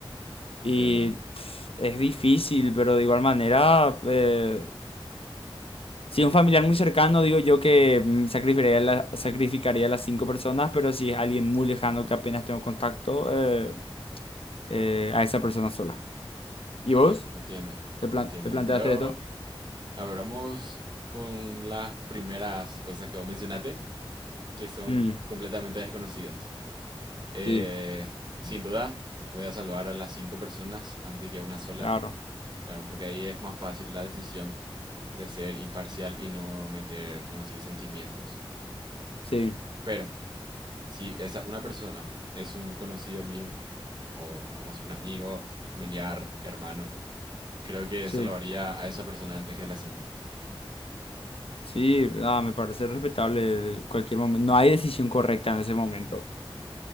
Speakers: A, on the right; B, on the left.
A: entiendo,
B: Y pff, es difícil, pero de igual manera, eh, si es un familiar muy cercano, digo yo que mm, sacrificaría, la- sacrificaría a las cinco personas, pero si es alguien muy lejano que apenas tengo contacto, eh, eh, a esa persona sola. ¿Y vos?
A: claro, entiendo,
B: ¿Te plan-
A: entiendo.
B: te planteaste
A: Yo,
B: esto?
A: abramos con las primeras cosas que vos mencionaste, que son
B: Mm,
A: completamente desconocidas. Eh,
B: sí,
A: sin duda, voy a salvar a las cinco personas antes que a una sola,
B: claro.
A: claro, porque ahí es más fácil la decisión de ser imparcial y no meter, vamos a decir, sentimientos.
B: Sí,
A: Pero si esa una persona es un conocido mío, o vamos a decir un amigo, familiar, hermano, creo que
B: sí.
A: salvaría a esa persona antes que las 5.
B: Sí, ah, me parece respetable cualquier momento. No hay decisión correcta en ese momento.